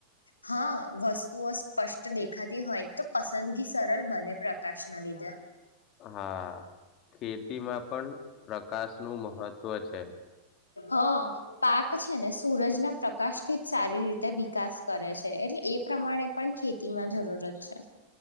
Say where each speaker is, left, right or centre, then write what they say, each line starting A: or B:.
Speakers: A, on the left; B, on the left.
A: હા વસ્તુઓ સ્પષ્ટ દેખાતી હોય તો પસંદગી સરલ બને પ્રકાશના લીધે
B: હા ખેતીમાં પણ પ્રકાશનું મહત્ત્વ છે.
A: હ પાક છે, ને સૂરજના પ્રકાશથી જ સારી રીતે વિકાસ કરે છે, એટલે એ પ્રમાણે પણ ખેતીમાં જરૂરત છે.